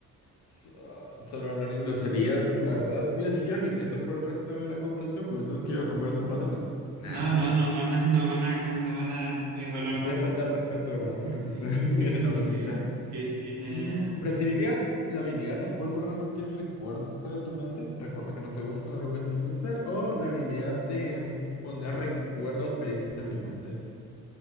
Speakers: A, on the left (about 55°); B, on the right (about 60°).
A: So- solo hablar en groserías, la verdad. Mira, si quieres lo intento por el resto de la conversación, porque
B: No,
A: me tengo que ir a comer en un rato, entonces. Nah,
B: no,
A: mentira.
B: no no van a, no van a, no van a evaluar
A: No
B: más.
A: te voy a faltar el respeto, bro, no te
B: <laughs>
A: preocupes.
B: Sí,
A: <laughs> Era
B: sí,
A: una bromita.
B: sí, sí. em,
A: Mm, ¿preferirías la habilidad de poder borrar cualquier recuerdo de tu mente? Recuerdo que no te gusta, algo que te disguste, o la habilidad de poner recuerdos felices en tu mente.